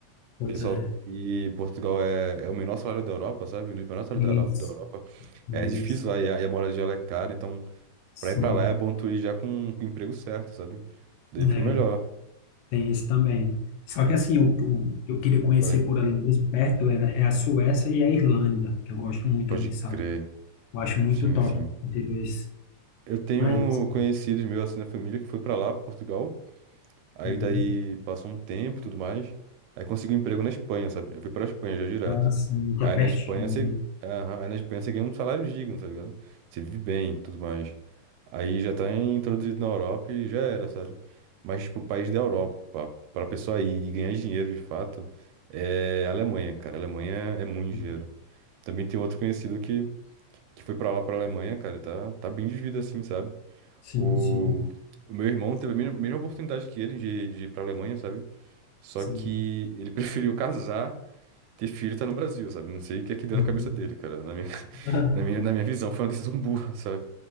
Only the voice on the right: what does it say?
Pessoal,
e Portugal é, é o menor salário da Europa, sabe? Um dos menores salários
da, Euro- da Europa.
É difícil lá, e a, e a moradia lá é cara, então
pra ir pra lá é bom tu ir já com, com o emprego certo, sabe? Daí fica
melhor.
Ué,
pode
crer.
Sim,
sim.
Eu tenho
conhecidos meus assim na família que foi pra lá, Portugal. Aí
daí passou um tempo e tudo mais. Aí consegui um emprego na Espanha, sabe? Eu fui pra Espanha já direto.
Aí
na Espanha você. Aham, aí na Espanha você ganha um salário digno, tá ligado? Você vive bem, e tudo mais. Aí já tá introduzido na Europa e já era, sabe? Mas, tipo, o país da Europa, pra pessoa ir e ganhar dinheiro de fato, é a Alemanha, cara. A Alemanha é muito
dinheiro. Também tem outro conhecido que que foi pra lá, pra Alemanha, cara, e tá, tá bem de vida assim, sabe?
O,
o meu irmão teve a mesma mesma oportunidade que ele de, de ir pra Alemanha, sabe? Só
que ele <laughs> preferiu casar, ter filho e tá no Brasil, sabe? Não sei o que é que deu
na cabeça dele, cara. Na minha, <laughs>
na minha, na minha visão foi uma decisão <laughs> burra, sabe?